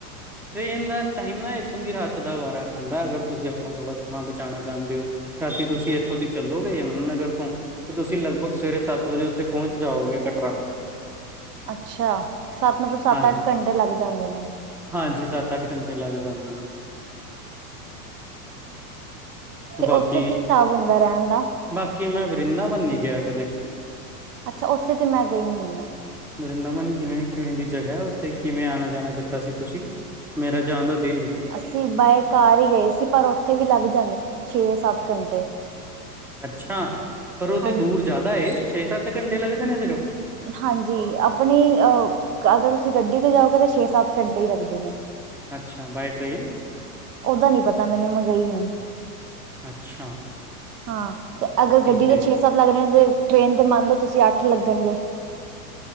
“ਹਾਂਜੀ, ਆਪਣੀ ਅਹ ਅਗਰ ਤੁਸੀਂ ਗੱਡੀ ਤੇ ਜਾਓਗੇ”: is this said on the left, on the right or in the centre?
Right